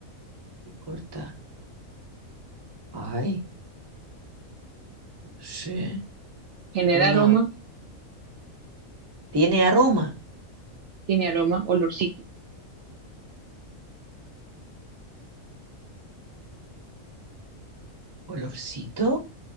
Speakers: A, on the right; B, on the right.
A: ¿qué corta? Ay, no sé.
B: genera
A: Una...
B: aroma,
A: Tiene aroma,
B: tiene aroma, olorcito.
A: olorcito.